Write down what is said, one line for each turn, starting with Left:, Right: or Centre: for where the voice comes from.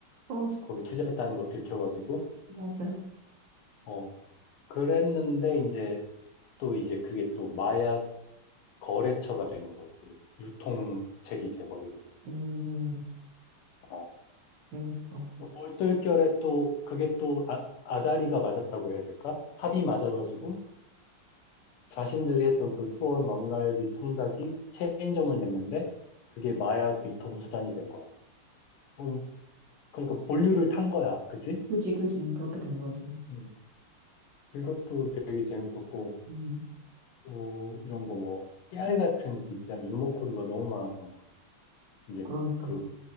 Right: 어,
Left: 거기 투자했다는 거 들켜가지고,
Right: 맞아.
Left: 어, 그랬는데 이제 또 이제 그게 또 마약 거래처가 되는 거지. 유통책이 돼버리는 거지.
Right: 음,
Left: 어,
Right: 재밌어.
Left: 그 얼떨결에 또 그게 또 아, 아다리가 맞았다고 해야 될까? 합이 맞아가지고 자신들이 했던 그 수원 왕갈비 통닭이 체인점을 냈는데 그게 마약 유통수단이 된 거야. 어, 그러니까 본류를 탄 거야. 그지?
Right: 그지, 그지. 그렇게 된 거지.
Left: 음, 그것도 되게 재밌었고
Right: 음,
Left: 또 이런 거 뭐 깨알 같은 진짜 유머 코드가 너무 많았던 것 같아. 이제
Right: 그러니까.
Left: 그